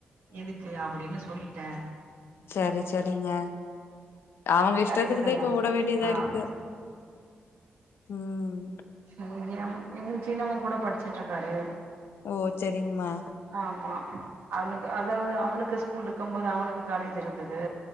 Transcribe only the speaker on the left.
செரி செரிங்க அவங்க இஷ்டத்துக்குதான்
இப்ப விட வேண்டியதா
இருக்கு ம்
ஓ செரிங்கமா